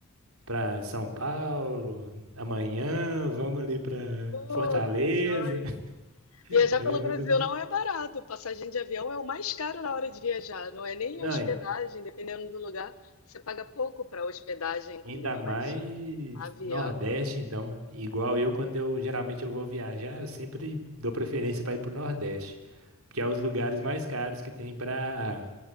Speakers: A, on the right; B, on the left.
A: pra São Paulo amanhã, vamos ali pra
B: Uh,
A: Fortaleza.
B: que sonho.
A: <laughs>
B: Viajar
A: Era
B: pelo
A: mais
B: Brasil
A: ou menos-
B: não é barato. Passagem de avião é o mais caro na hora de viajar. Não é nem
A: Não,
B: hospedagem,
A: e
B: dependendo do lugar. Você paga pouco para hospedagem,
A: e
B: comida,
A: ainda mais
B: mas avião,
A: Nordeste, então. Igual eu, quando eu geralmente eu vou viajar, eu sempre dou preferência pra ir pro Nordeste. que é os lugares mais caros que tem para